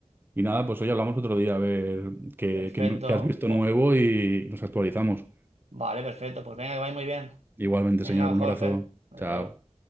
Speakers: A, on the right (about 15°); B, on the right (about 60°).
A: Y nada, pues hoy hablamos otro día a ver qué,
B: Perfecto.
A: qué nu- qué has visto
B: Bo-
A: nuevo y nos actualizamos.
B: vale, perfecto. Pues venga, que vaya muy bien.
A: Igualmente,
B: Venga,
A: señor, un
B: Jorge.
A: abrazo.
B: Adeu.
A: Chao.